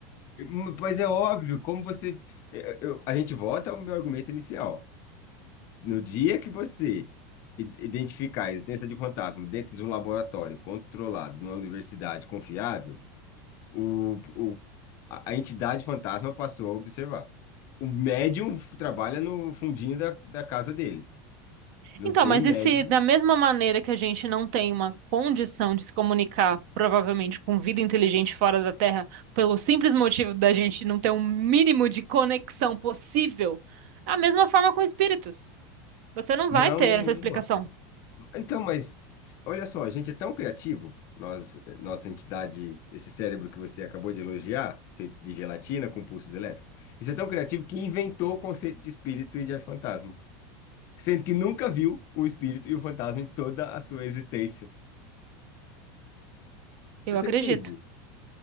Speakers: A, on the left; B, on the right.
A: Hum, Pois é óbvio, como você. eh, eu- a gente volta ao meu argumento inicial. No dia que você i- identificar a existência de fantasma dentro de um laboratório controlado, numa universidade confiável, o, o- a, a entidade fantasma passou a observar. O médium f- trabalha no fundinho da, da casa dele. Não
B: Então,
A: tem
B: mas
A: médium,
B: e se da mesma maneira que a gente não tem uma condição de se comunicar, provavelmente, com vida inteligente fora da Terra, pelo simples motivo da gente não ter um mínimo de conexão possível, é a mesma forma com espíritos. Você não
A: não,
B: vai ter
A: nenhum.
B: essa explicação,
A: Então, mas s- olha só, a gente é tão criativo, nós, nossa entidade, esse cérebro que você acabou de elogiar, feito de gelatina com pulsos elétricos, isso é tão criativo que inventou o conceito de espírito e de fantasma, sendo que nunca viu o espírito e o fantasma em toda a sua existência.
B: eu
A: Você
B: acredito.
A: entende?